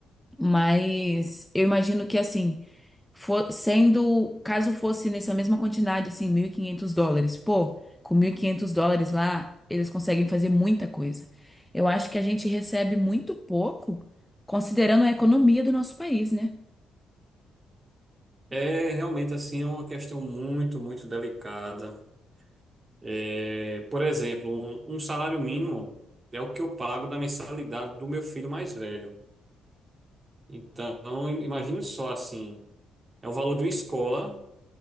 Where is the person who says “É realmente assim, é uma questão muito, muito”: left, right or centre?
Right